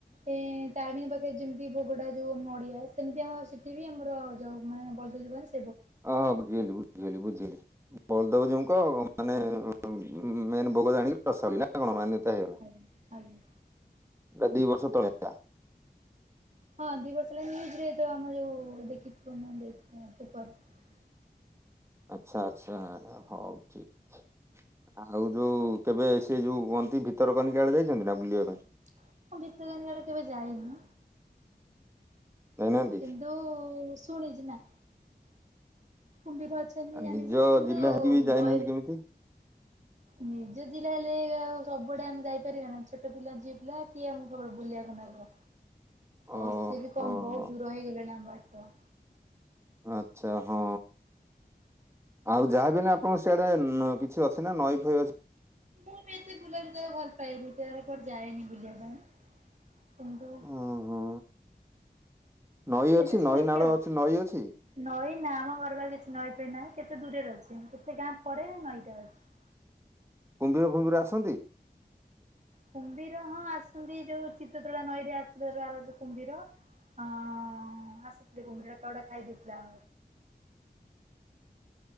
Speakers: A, on the right; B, on the right.
A: ଏ ତାରିଣୀ ଙ୍କ ପାଖରେ ଯେମିତି ଭୋଗଟା ଯୋଉ ନଡିଆ। ସେମିତି ଆମ ସେଠି ବି ଆମର ଯୋଉ ମାନେ ବଳଦେବ ଜୀଉ ଙ୍କ ପାଖରେ
B: ଓହୋ ବୁଝିଗଲି ବୁଝିଗଲି ବୁଝିଗଲି ବଳଦେବ ଜୀଉଙ୍କ ମାନେ ଉଁ ମେନ ଭୋଗ ଜାଣିକି ରସାବଳି ଟା କଣ ମାନ୍ୟତା। <unintelligible> ଏଟା
A: ଆଜ୍ଞା ଆଜ୍ଞା
B: ଦି ବର୍ଷ ତଳେ ହୋଇଥିଲା।
A: ହଁ ଦିବର୍ଷ ହେଲାଣି ହେଇଚି। ଏ ଆମର ଯୋଉ ଲିଖିତ ପ୍ରମାଣ ଦେଇ ହଁ ପେପର
B: ଆଚ୍ଛା ଆଚ୍ଛା ହଉ ଠିକ୍ ଅଛି। ଆଉ ଯୋଉ କେବେ ସିଏ ଯୋଉ କୁହନ୍ତି ଭିତରକନିକା ଆଡେ ଯାଇଛନ୍ତି ନା ବୁଲିବା ପାଇଁ?
A: ମୁଁ ଭିତରକନିକା ଆଡେ କେବେ ଯାଇନି।
B: ଯାଇନାହାନ୍ତି
A: କିନ୍ତୁ ଶୁଣିଛି ନା। କୁମ୍ଭୀର ଅଛନ୍ତି
B: ଆଉ
A: ଜାଣିଚି।
B: ନିଜ
A: କିନ୍ତୁ
B: ଜିଲ୍ଲା ହେଇକି ବି ଯାଇନାହାନ୍ତି
A: ବହିରେ
B: କେମିତି
A: ନିଜ ଜିଲ୍ଲା ରେ ଆଉ ସବୁଆଡେ ଆମେ ଯାଇପାରିବା ନା। ଛୋଟ ପିଲା ଝିଅ ପିଲା, କିଏ ଆମକୁ ବୁଲେଇବାକୁ ନବ।
B: ଓହୋ।
A: ଆଉ ସେ ବି କଣ ବହୁତ ଦୂର ହେଇଗଲାଣି ଆମ ବାଟ।
B: ଆଚ୍ଛା ହଁ। ଆଉ ଯାହା ବି ନା ଆପଣଙ୍କ ସିଆଡେ କିଛି ଅଛି ନା ନଈ ଫଇ ଅଛି।
A: ମୁଁ ବି ଏତେ ବୁଲାବୁଲି କରିବାକୁ ଭଲ ପାଏନି। କୁଆଡ଼େ ଯାଏନି ବୁଲିବା ପାଇଁ। କିନ୍ତୁ
B: ଓହୋ ନଈ
A: ହେଲେ
B: ଅଛି
A: ଶୁଣିଚି
B: ନଈ ନାଳ
A: ଆଉ।
B: ଅଛି ନଈ ଅଛି
A: ନଈ ନା ଆମ ଘର ପାଖରେ କିଛି ନଈ ନାହିଁ। କେତେ ଦୂରରେ ଅଛି। କେତେ ଗାଁ ପରେ ନଈଟା ଅଛି।
B: କୁମ୍ଭୀର ଫୁମ୍ଭିର ଆସନ୍ତି?
A: କୁମ୍ଭୀର ହଁ ଆସନ୍ତି ଯୋଉ ଚିତ୍ତୋତଳା ନଈରେ ଆସିଥିଲା ଆର ବର୍ଷ କୁମ୍ଭୀର। ହଁ ଆସିଥିଲା କୁମ୍ଭୀର। କାହାକୁ ଗୋଟେ ଖାଇଦେଇଥିଲା।
B: <inaudible>